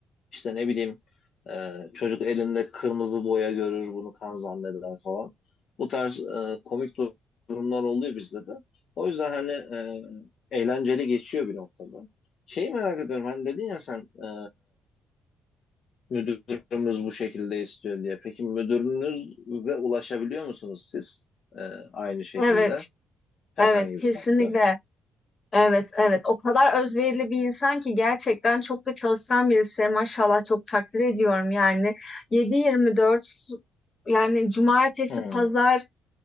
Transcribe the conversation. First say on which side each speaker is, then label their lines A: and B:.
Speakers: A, on the left; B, on the left.
A: İşte ne bileyim e, çocuk elinde kırmızı boya görür bunu kan zanneder falan. Bu tarz e, komik durumlar oluyor bizde de. O yüzden hani e, eğlenceli geçiyor bir noktada. Şeyi merak ediyorum hani dedin ya sen e, müdürümüz bu şekilde istiyor diye. Peki müdürünüz ve ulaşabiliyor musunuz siz E, aynı şekilde
B: evet.
A: herhangi
B: Evet
A: bir
B: kesinlikle.
A: saatte?
B: Evet, evet. O kadar özverili bir insan ki gerçekten çok da çalışkan birisi. Maşallah çok takdir ediyorum yani. 7-24 yani cumartesi,
A: Hmm.
B: pazar